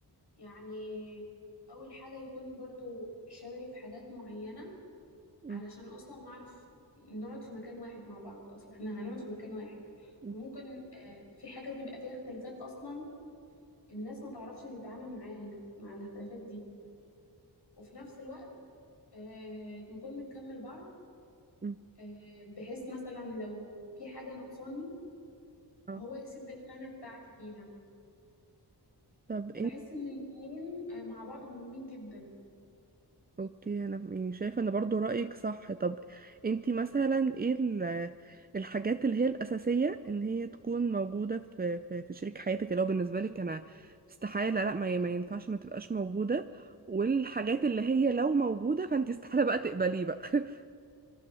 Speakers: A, on the left; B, on the right.
A: يعني اول حاجة يكون برضو شبهي في حاجات معينة
B: مم.
A: علشان اصلا نعرف نقعد في مكان واحد مع بعض اصلا احنا هنقعد في مكان واحد
B: مم.
A: فممكن آه، في حاجات بيبقى فيها اختلافات اصلا الناس ما تعرفش تتعامل معاها ال- مع الاختلافات دي وفي نفس الوقت آه، نكون بنكمل بعض
B: مم.
A: آه، بحيث مثلا لو في حاجة ناقصاني
B: اه.
A: هو يسد الخانة بتاعتي فيها
B: طب انت
A: فبحس ان الاتنين آه، مع بعض مهمين جدا
B: اوكي انا يعني شايفة ان برضو رأيك صح طب انت مثلا ايه ال- الحاجات اللي هي الأساسية ان هي تكون موجودة في في, في شريك حياتك اللي هو بالنسبة لك انا استحالة لا ما, ي- ما ينفعش ما تبقاش موجودة والحاجات اللي هي لو موجودة فانت استحالة بقى تقبليه بقى <laughs>